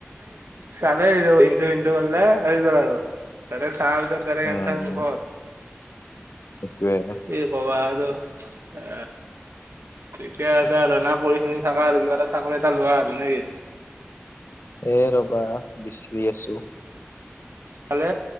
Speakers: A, on the right; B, on the left.
A: চলে ইটো বিন্দু বলে আহি গল আৰু। চাৰ পিছত বলে
B: উম
A: কেঞ্চাৰ মুখত
B: উম সেইটোয়ে
A: এই কবা আৰু এ <unintelligible> ঠিকে আছে আৰু না পঢ়ি শুনি থাকা আৰু কিবা এটা চাকৰি এটা লোৱা আৰু নেকি।
B: এ ৰবা বিচাৰি আছো।
A: কালে